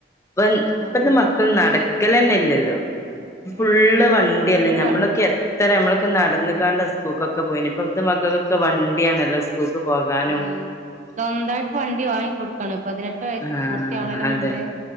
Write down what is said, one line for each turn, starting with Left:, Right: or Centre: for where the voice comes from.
Left: ഇപ്പ ഇപ്പത്തെ
Right: അതെ
Left: മക്കൾ നട- ക്കലന്നെ ഇല്ലല്ലോ ഫുള്ള്
Right: ഏഹ്
Left: വണ്ടി
Right: ഫുൾ
Left: അല്ലേ ഞമ്മളൊക്കെ
Right: വണ്ടി
Left: എത്രെ ഞമ്മള് നടന്നുകണ്ട സ്കൂക്കൊക്കെ പോയിന് ഇപ്പഴത്തെ മകൾക്കൊക്കെ വണ്ടിയാണല്ലോ സ് സ്കൂളിക്ക് പോകാനും
Right: ആഹ് സ്വന്തായിട്ട് വണ്ടി വാങ്ങി കൊടുക്കാണ് പതിനെട്ട് വയസ്സ്
Left: ആഹ്
Right: പൂർത്തിയാവണേന്
Left: അതെ
Right: മുമ്പേ